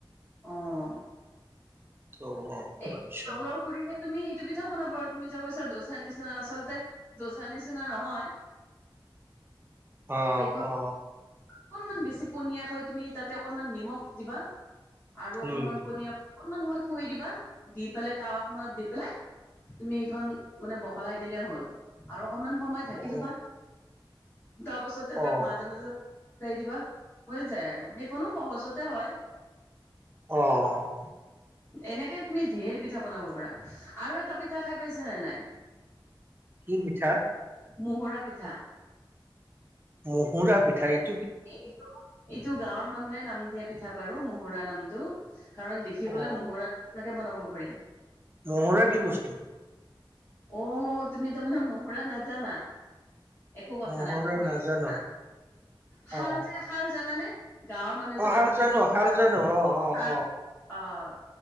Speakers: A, on the left; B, on the right.
A: অ'!
B: অ
A: এই,
B: আচ্ছা
A: চাউলৰ গুৰি তুমি সেইটো পিঠাও বনাব পাৰা। তুমি যে কৈছা! দোচাৰ নিচিনা, আচলতে দোচাৰ নিচিনা নহয়।
B: অ
A: <unintelligible>
B: অ
A: অকনমান বেছি পনীয়াকৈ, তুমি তাতে, অকনমান নিমখ দিবা। আৰু অকনমান
B: উম
A: পনীয়া, অকনমান সময় থৈ দিবা। দি পেলাই, টাৱা খনত দি পেলাই। তুমি এইখন মানে, বহলাই দিলে হ'ল। আৰু অকনমান সময় থাকি
B: অ
A: থ'বা। তাৰপাছতে, তাক
B: অ
A: মাজে-মাজে উলটাই দিবা। হৈ যায় আৰু সেইখনো সহজতে হয়।
B: অ'!
A: এনেকে তুমি, ধেৰ পিঠা বনাব পাৰা। আৰু এটা পিঠা খাই পাইছা নে নাই?
B: <inaudible> কি পিঠা?
A: মহুৰা পিঠা।
B: মহুৰা পিঠা। <unintelligible>
A: এইটো, এইটো গাঁৱৰ মানুহে, নাম দিয়া পিঠা বাৰু মহুৰা নামটো। কাৰণ, দেখিবলে
B: অ
A: মহুৰা নিচিনাকে বনাব পাৰি।
B: মহুৰা কি বস্তু?
A: অ'! তুমি তাৰমানে, মহুৰা নাজানা? একো কথা
B: মহুৰা
A: নাই। মই কৈ
B: নাজানো
A: দিছোঁ শুনা! শাল
B: অ
A: যে শাল জানানে? গাঁৱৰ মানুহে
B: অ'!
A: যে
B: শাল
A: কাপোৰ
B: জানোঁ, শাল
A: তাত
B: জানোঁ, অ' অ'
A: তাত
B: অ'!
A: অ'!